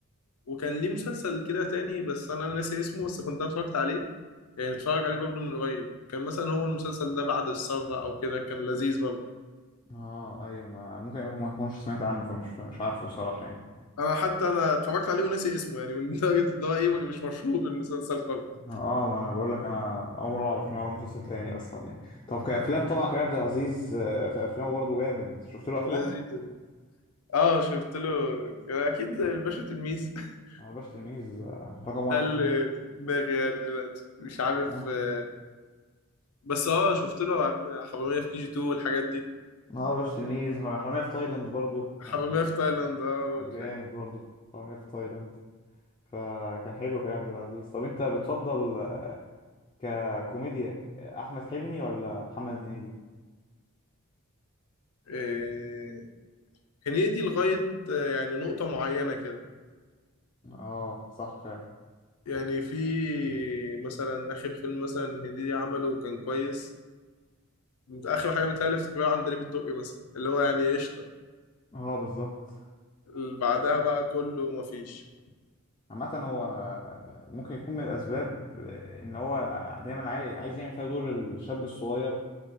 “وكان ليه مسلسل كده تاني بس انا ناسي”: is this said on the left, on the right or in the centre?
Left